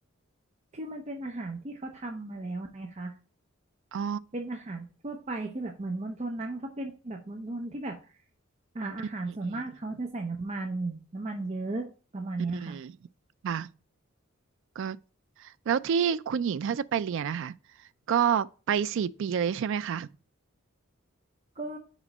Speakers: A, on the right; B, on the right.
A: คือมันเป็นอาหารที่เขาทำมาแล้วไงคะ
B: อ๋อ
A: เป็นอาหารทั่วไปคือแบบเหมือนมณฑลนั้นเขาเป็นแบบมณฑลที่แบบอ่าอาหารส่วนมากเขาจะใส่น้ำมันน้ำมันเยอะประมาณเนี้ยค่ะ
B: อืม อืมค่ะก็แล้วที่คุณหญิงถ้าจะไปเรียนนะคะก็ไปสี่ปีเลยใช่ไหมคะ
A: ก็